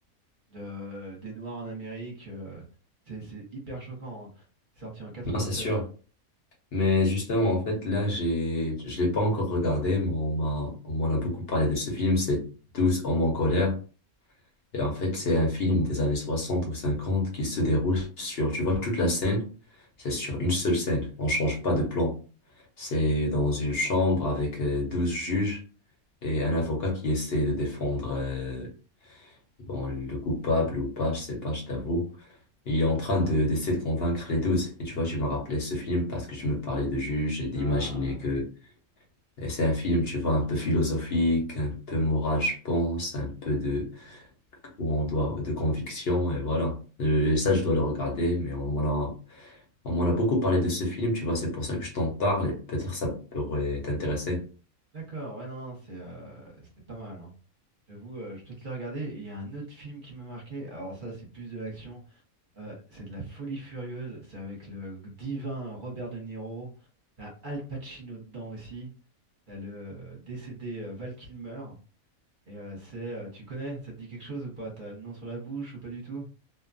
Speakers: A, on the right; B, on the left.
A: de- des Noirs en Amérique. euh, c'est c'est hyper choquant. hein. C'est sorti en 96.
B: Non, c'est sûr. Mais justement, en fait, là, j'ai, je l'ai pas encore regardé, mais on m'a, on m'en a beaucoup parlé de ce film, c'est douze hommes en colère. Et en fait, c'est un film des années 60 ou 50 qui se déroule sur, tu vois, toute la scène, c'est sur une seule scène. On change pas de plan. C'est dans une chambre avec euh, 12 juges et un avocat qui essaie de défendre euh, bon, le coupable ou pas, je sais pas, je t'avoue. Et Il est en train de, d'essayer de convaincre les douze Et tu vois, je me rappelais ce film parce que je me parlais de juges et d'imaginer
A: Ah,
B: que et c'est un film, tu vois, un peu philosophique, un peu moral, je pense, un peu de où on doit de conviction et voilà. Euh, ça, je dois le regarder, mais on m'en a, on m'en a beaucoup parlé de ce film, tu vois, c'est pour ça que je t'en parle. et Peut-être ça pourrait t'intéresser.
A: d'accord, ouais, non, non, c'est euh, c'est pas mal. hein. J'avoue, euh, je vais peut-être le regarder. Et Il y a un autre film qui m'a marqué. Alors, ça, c'est plus de l'action. Euh, c'est de la folie furieuse. C'est avec le divin Robert De Niro. T'as Al Pacino dedans aussi. T'as le décédé euh, Val Kilmer. Et euh, c'est. euh, tu connais? Ça te dit quelque chose ou pas? T'as le nom sur la bouche ou pas du tout?